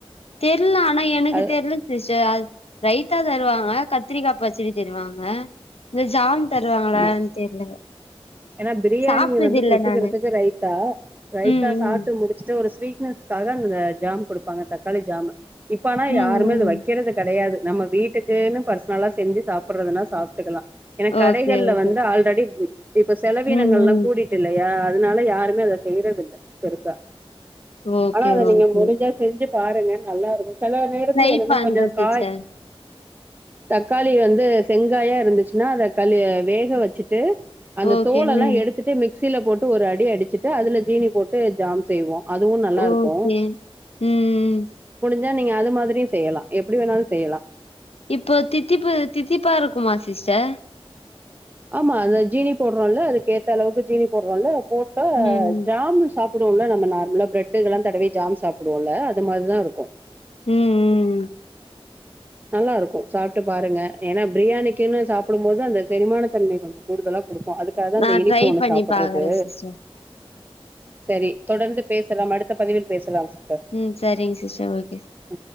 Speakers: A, on the left; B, on the right.
A: தெர்ல ஆனா எனக்கு
B: அது
A: தெரியல சிஸ்டர் ரைத்தா தருவாங்க கத்திரிக்கா பச்சடி தருவாங்க இந்த ஜாம் தருவாங்களான்னு
B: அமா
A: தெர்ல
B: ஏனா பிரியாணிய
A: சாப்ட்டது
B: வந்து
A: இல்ல
B: தொட்டுக்கிறதுக்கு
A: நானு
B: ரைத்தா ரைத்தா
A: ம்
B: சாப்பிட்டு
A: ம்
B: முடிச்சுட்டு ஒரு ஸ்வீட்னஸ் க்காக அந்த ஜாம் குடுப்பாங்க தக்காளி ஜாம் இப்பனா
A: ம்
B: யாருமே
A: ம்
B: அது வைக்கிறது கெடையாது நம்ம வீட்டுக்குன்னு பர்சனலா செஞ்சு சாப்பிடுறதுனா சாப்பிட்டுக்கலா எனக்கு க
A: ஓகே
B: <unintelligible>
A: ஓகே
B: வந்து ஆல்ரெடி இப்ப செலவினங்கல்லா
A: ம் ம்
B: கூடிட்டுல த அதனால யாருமே அத செய்யறதுல்ல பெருசா
A: ஓகே
B: ஆனா அத
A: ஓகே
B: நீங்க முடிஞ்சா செஞ்சு பாருங்க நல்லா இருக்கு சில நேரத்துல
A: ட்ரை
B: என்னன்னா
A: பண்றே
B: கொஞ்சோ
A: சிஸ்டர்
B: காய் தக்காளி வந்து செங்காயா இருந்துச்சுன்னா அத தக்காளிய வேக வச்சிட்டு அந்த
A: ஓகே
B: தோலல்லா
A: ம்
B: எடுத்துட்டு மிக் ஸ்சில போட்டு ஒரு அடி அடிச்சிட்டு அதுல ஜீனி போட்டு ஜாம் செய்வோ அதுவு நல்லா
A: ஓகே
B: இருக்கு
A: ம்
B: சா நீங்க அது மாதிரியு செய்யலா எப்டி வேணாலு செய்யலா
A: இப்போ தித்திப்பு தித்திப்பா இருக்குமா சிஸ்டர்
B: ஆமா அந்த ஜீனி போடுறோம்ல அதுக்கு ஏத்த அளவுக்கு ஜீனி போடுறோம்ல்ல போட்டா
A: ம்
B: ஜாம் சாப்புடுவோம்ல நம்ப நார்மலா பிரெட் டுக்கல்லா தடவி ஜாம் சாப்படுவோம்ல அது மாரிதா இருக்கு
A: ம் ம்
B: நல்லா இருக்கு சாப்ட்டு பாருங்க ஏன்னா பிரியாணிக்குன்னு சாப்புடும்போது அந்த செரிமானத்தன்மை கொஞ்சோ கூடுதலா குடுக்கு அதுக்காகதா
A: நா
B: அந்த இனிப்பு
A: ட்ரை
B: ஒண்ணு
A: பண்ணி
B: சாப்பிட்றது
A: பாக்குறே சிஸ்டர்
B: சரி தொடர்ந்து பேசலாம் அடுத்த பதிவில் பேசலாம் சிஸ்டர்
A: ம் சரிங்க சிஸ்டர் ஓகே
B: ம்